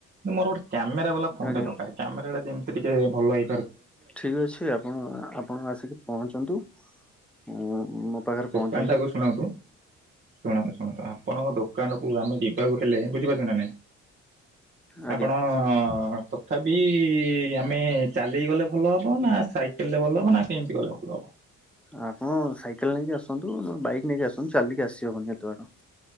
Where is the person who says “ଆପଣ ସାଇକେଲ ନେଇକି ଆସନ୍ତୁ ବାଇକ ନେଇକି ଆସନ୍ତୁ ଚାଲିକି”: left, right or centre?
Centre